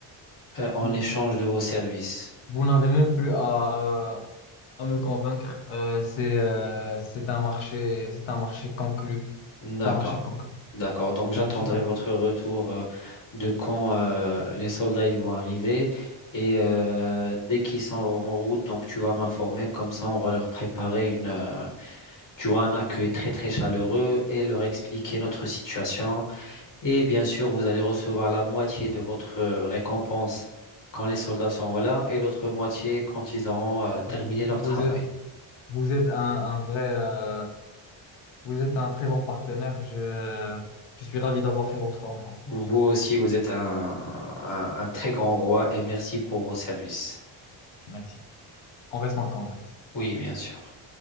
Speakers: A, on the left; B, on the left.
A: euh, en
B: Mm.
A: échange de vos services.
B: Vous n'avez même plus à, à me convaincre. Euh, c'est euh, c'est un marché, c'est un marché conclu.
A: D'accord.
B: C'est un marché conclu.
A: D'accord, donc j'attendrai
B: C'est un marché conclu.
A: votre retour euh, de quand euh, les soldats ils vont arriver et euh, dès qu'ils sont en route, donc tu vas m'informer, comme ça on va leur préparer une, euh, tu vois, un accueil très très chaleureux et leur expliquer notre situation. Et bien sûr, vous allez recevoir la moitié de votre euh, récompense quand les soldats sont là et l'autre moitié quand ils auront euh, terminé
B: Vous
A: leur travail.
B: vous êtes, vous êtes un, un vrai, euh, vous êtes un très bon partenaire. Je, je suis ravi d'avoir fait votre rencontre.
A: Vous aussi, vous êtes un, un un très grand roi et merci pour vos services.
B: Merci. On reste en contact.
A: Oui, bien sûr.